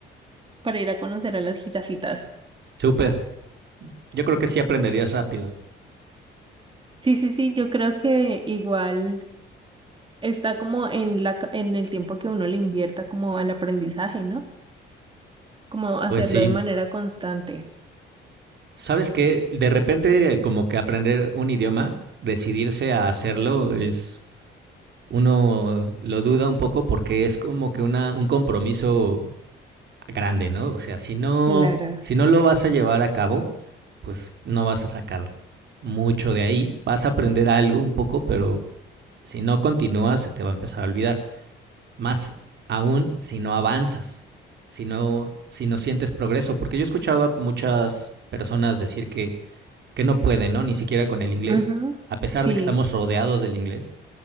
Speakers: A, on the right; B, on the right.
A: para ir a conocer a las jirafitas.
B: Súper. Yo creo que sí aprenderías rápido.
A: Sí, sí, sí, yo creo que igual está como en la, ca- en el tiempo que uno le invierta como al aprendizaje, ¿no? como hacerlo
B: Pues sí.
A: de manera constante.
B: ¿Sabes qué? De repente, eh, como que aprender un idioma, decidirse a hacerlo, es uno lo duda un poco porque es como que una, un compromiso grande, ¿no? O sea, si no,
A: Claro.
B: si no lo vas a llevar a cabo, pues no vas a sacar mucho de ahí, vas a aprender algo un poco, pero si no continúas se te va a empezar a olvidar. Más aún si no avanzas, si no, si no sientes progreso, porque yo he escuchado a muchas personas decir que, que no pueden, ¿no? Ni siquiera con el inglés,
A: Ujú.
B: a pesar
A: Sí.
B: de que estamos rodeados del inglés,